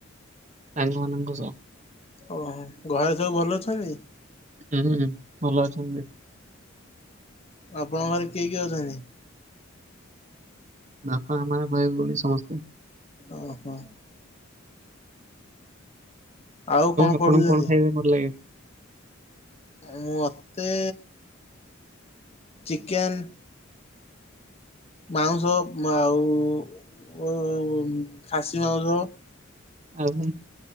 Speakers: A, on the right; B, on the left.
A: ସାଙ୍ଗମାନଙ୍କ ସହ
B: ଓହୋ, ଘରେ ସବୁ ଭଲ ଅଛନ୍ତି?
A: ହୁଁ, ହୁଁ, ଭଲ ଅଛନ୍ତି।
B: ଆପଣଙ୍କ ଘରେ କିଏ କିଏ ଅଛନ୍ତି?
A: ବାପା ମା, ଭାଇ, ଭଉଣୀ ସମସ୍ତେ
B: ଓହୋ। ଆଉ କଣ
A: ଆପଣଙ୍କୁ
B: ପଢୁଚନ୍ତି?
A: ଖାଇବା ପାଇଁ ଭଲ ଲାଗେ?
B: ମତେ ଚିକେନ୍ ମାଉଁସ, ଆଉ ଖାସି ମାଉଁସ
A: ଆଉ